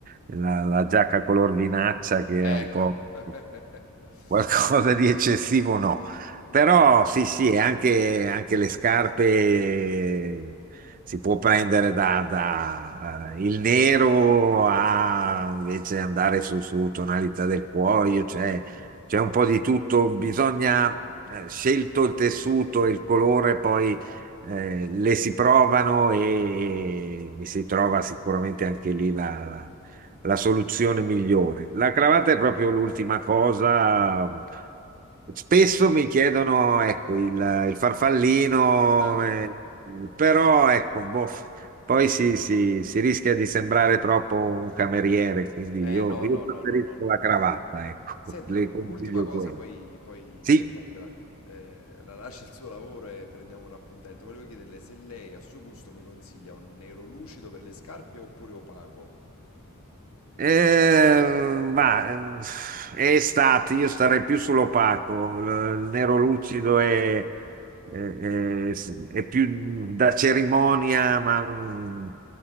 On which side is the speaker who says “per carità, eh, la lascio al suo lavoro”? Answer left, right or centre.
Left